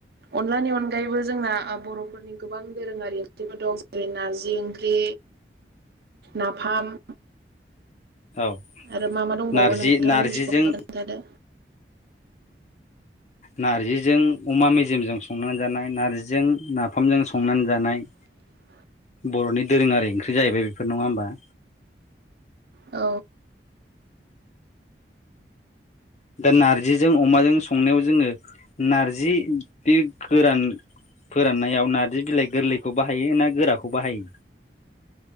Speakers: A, on the right (about 60°); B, on the left (about 40°).
A: अनलानि अनगायैबो जोंना बर'फोरनि गोबां दोरोङारि ओंख्रिफोर दं जेरै नारजि ओंख्रि। नाफाम।
B: औ
A: आरो मा मा दंबावो
B: नारजि
A: नोंथाङा
B: नारजिजों
A: मिथिगोबा खोनथादो।
B: नार्जिजों अमा मेजेमजों संनानै जानाय नार्जिजों नाफामजों संनानै जानाय।
A: <inaudible>
B: बर'नि दोरोङारि ओंख्रि जाहैबाय बेफोर नङा होमबा?
A: औ।
B: दा नार्जिजों अमाजों संनायाव जोङो नार्जि दे गोरान। फोराननायाव नार्जि बिलाइ गोरलैखौ बाहायो ना गोराखौ बाहायो।